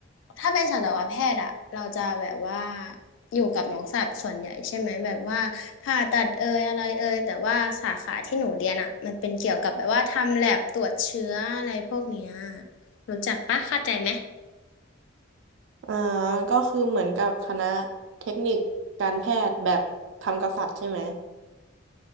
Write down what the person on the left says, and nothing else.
ถ้าเป็นสัตวแพทย์อะเราจะแบบว่าอยู่กับน้องสัตว์ส่วนใหญ่ใช่ไหมแบบว่าผ่าตัดเอยอะไรเอยแต่ว่าสาขาที่หนูเรียนอะมันเป็นเกี่ยวกับแบบว่าทำแลบตรวจเชื้ออะไรพวกเนี้ยรู้จักปะเข้าใจไหม